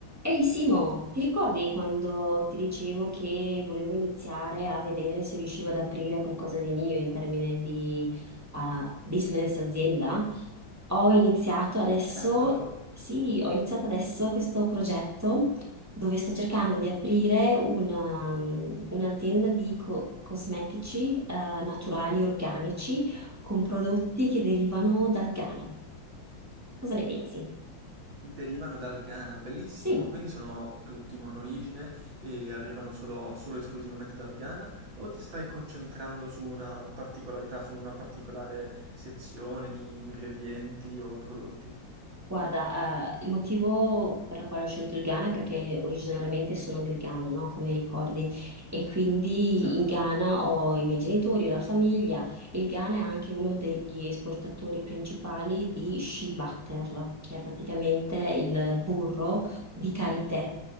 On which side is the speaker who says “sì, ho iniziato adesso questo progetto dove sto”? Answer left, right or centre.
Right